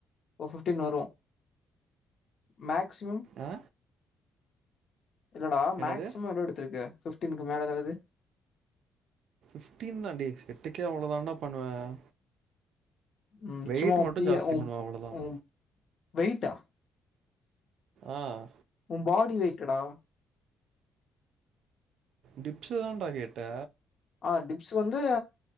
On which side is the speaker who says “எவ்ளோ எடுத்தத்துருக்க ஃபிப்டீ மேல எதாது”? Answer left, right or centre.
Left